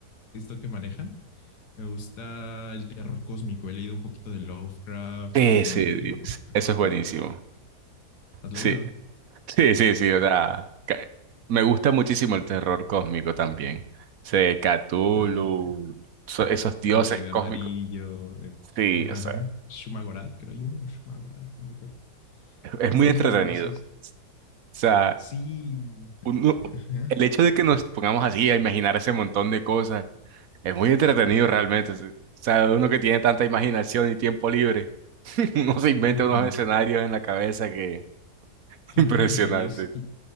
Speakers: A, on the left (about 80°); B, on the right (about 65°).
A: esto que manejan. Me gusta el terror cósmico. He leído un poquito de Lovecraft
B: Ese,
A: y un poquito
B: es-
A: de esos
B: eso es
A: temas.
B: buenísimo.
A: ¿Has leído?
B: sí Sí, sí, sí, o sea, ca- me gusta muchísimo el terror cósmico también. Sé, Cthulhu,
A: Date.
B: so- esos dioses
A: El Rey de
B: cósmicos.
A: Amarillo. eh,
B: Sí,
A: ajá.
B: o sea,
A: Shumagorat, creo hay uno. o Shumagorat, no me acuerdo.
B: es, es
A: Está
B: muy entretenido.
A: muy bueno, sí.
B: O
A: sí.
B: sea,
A: Sí,
B: uno-
A: eh, ajá.
B: el hecho de que nos pongamos así a imaginar ese montón de cosas es muy entretenido realmente. sí. O sea, uno que tiene tanta imaginación y tiempo libre, <laughs> uno se inventa
A: Ujú.
B: unos escenarios en la cabeza que <laughs>
A: Claro,
B: impresionante.
A: y es. Y,